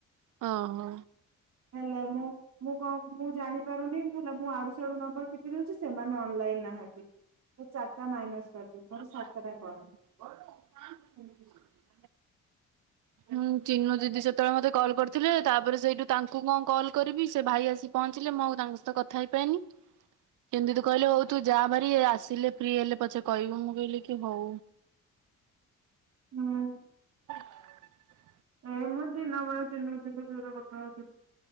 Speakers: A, on the right (about 80°); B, on the right (about 60°).
A: ଓ ହୋ।
B: ହେଲା ମୁଁ ମୁଁ କଣ ମୁଁ ଜାଣିପାରୁନି ମୁଁ ମୁଁ ଆଡୁ ସାଡୁ ନମ୍ବର ଟିପି ଦଉଛି ସେମାନେ ଅନଲାଇନ ନାହାଁନ୍ତି। ଏ ଚାରିଟା ମାଇନସ୍
A: <unintelligible>
B: କରିଦେବି ମୋର ସାତଟା କଲ୍।
A: ହୁଁ ଚିନୁ ଦିଦି ସେତେବେଳେ ମତେ କଲ୍ କରିଥିଲେ। ତାପରେ ସେଇଠୁ ତାଙ୍କୁ କଣ କଲ କରିବି ସେ ଭାଇ ଆସି ପହଞ୍ଚିଲେ ମୁଁ ଆଉ ତାଙ୍କ ସହିତ କଥା ହେଇପାଇନି କେମିତି ତୁ କହିଲେ ହଉ ତୁ ଯା ଭାରି ଇଏ ଆସିଲେ ଫ୍ରି ହେଲେ ପଛେ କହିବୁ ମୁଁ କହିଲି କି ହଉ।
B: ହଁ।
A: <inaudible>
B: ଏ ମୁଁ ଦିନବେଳା ଚିନୁ ଦିଦିଙ୍କ ସହିତ କଥା ହଉଥିଲି।